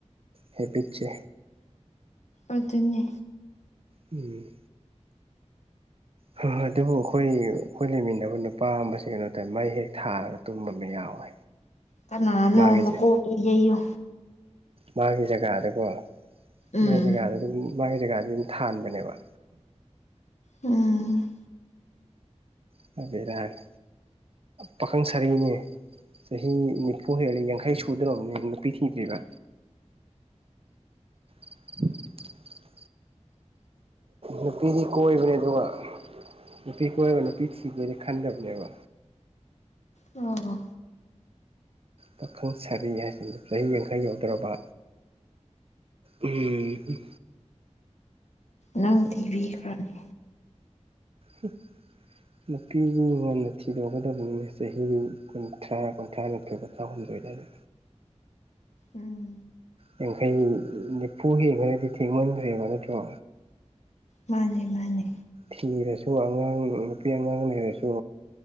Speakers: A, on the right; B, on the left.
A: ꯍꯦꯕꯤꯠꯁꯦ
B: ꯑꯗꯨꯅꯦ
A: ꯎꯝ ꯍꯣꯍꯣ ꯑꯗꯨꯕꯨ ꯑꯈꯣꯏ ꯑꯈꯣꯏ ꯂꯩꯃꯤꯟꯅꯕ ꯅꯨꯄꯥ ꯑꯃꯁꯤ ꯀꯩꯅꯣ ꯇꯧꯋꯦ ꯃꯩ ꯍꯦꯛ ꯊꯥꯔꯒ ꯇꯨꯝꯕ ꯑꯃ ꯌꯥꯎꯋꯦ
B: ꯀꯌꯥꯅꯣ
A: ꯃꯥꯒꯤꯁꯦ
B: ꯃꯀꯣꯛꯇꯣ ꯌꯩꯌꯨ
A: ꯃꯥꯒꯤ ꯖꯒꯥꯗꯀꯣ
B: ꯎꯝ
A: ꯃꯥꯒꯤ ꯖꯒꯥꯗ ꯑꯗꯨꯝ ꯃꯥꯒꯤ ꯖꯒꯥꯗꯨ ꯑꯗꯨꯝ ꯊꯥꯟꯕꯅꯦꯕ
B: ꯎꯝ
A: ꯄꯨꯔꯥ ꯕꯦꯔꯥꯅꯤ ꯄꯥꯈꯪ ꯁꯥꯔꯤꯅꯦ ꯆꯍꯤ ꯅꯤꯐꯨ ꯍꯦꯜꯂꯦ ꯌꯥꯡꯈꯩ ꯁꯨꯗꯣꯔꯕꯅꯦ ꯅꯨꯄꯤ ꯊꯤꯗ꯭ꯔꯤꯕ <inaudible> ꯅꯨꯄꯤꯗꯤ ꯀꯣꯏꯕꯅꯦ ꯑꯗꯨꯒ ꯅꯨꯄꯤ ꯀꯣꯏꯕ ꯅꯨꯄꯤ ꯊꯤꯗꯣꯏꯅꯤꯗꯤ ꯈꯟꯗꯕꯅꯦꯕ
B: ꯑꯣ ꯍꯣ
A: ꯄꯥꯈꯪ ꯁꯥꯔꯤ ꯍꯥꯏꯁꯤꯅꯤ ꯆꯍꯤ ꯌꯥꯡꯈꯩ ꯌꯧꯗꯣꯔꯕ ꯎꯝ ꯍꯨꯝ
B: ꯅꯪ ꯊꯤꯕꯤꯈ꯭ꯔꯣꯅꯦ
A: ꯍꯨꯝ <inaudible> ꯅꯨꯄꯤꯒꯤ ꯉꯟꯅ ꯊꯤꯗꯣꯛꯀꯗꯕꯅꯤꯅꯦ ꯆꯍꯤ ꯀꯨꯟꯊ꯭ꯔꯥ ꯀꯨꯟꯊ꯭ꯔꯥꯅꯤꯊꯣꯏ ꯀꯨꯟꯊ꯭ꯔꯥꯍꯨꯝꯗꯣꯏ ꯑꯗꯥꯏꯗ
B: ꯎꯝ
A: ꯌꯥꯡꯈꯩ ꯅꯤꯐꯨ ꯍꯦꯛꯈ꯭ꯔꯗꯤ ꯊꯦꯡꯃꯟꯈ꯭ꯔꯦꯕ ꯅꯠꯇ꯭ꯔꯣ
B: ꯃꯥꯅꯦ ꯃꯥꯅꯦ
A: ꯊꯤꯔꯁꯨ ꯑꯉꯥꯡ ꯅꯨꯄꯤ ꯑꯉꯥꯡ ꯂꯩꯔꯁꯨ